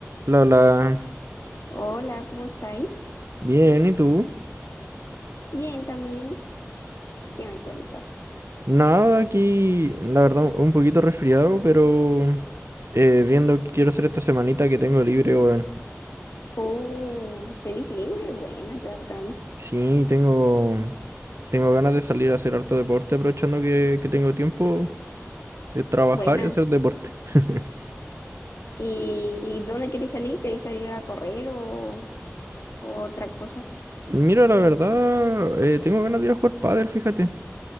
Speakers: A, on the right; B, on the left.
A: Lola,
B: Hola, ¿cómo estáis?
A: bien, ¿y tú?
B: Bien, también. ¿Qué me cuentas?
A: Nada, aquí, la verdad, un poquito resfriado, pero eh, viendo qué quiero hacer esta semanita que tengo libre, weón.
B: Oh, ¿tenés libre? Buena, qué bacán.
A: Sí, tengo, tengo ganas de salir a hacer harto deporte, aprovechando que, que tengo tiempo de trabajar
B: Buena.
A: y hacer deporte. <laughs>
B: ¿Y, y dónde queréis salir? ¿Queréis salir a correr o, o otra cosa?
A: Mira, la verdad, eh, tengo ganas de ir a jugar pádel, fíjate.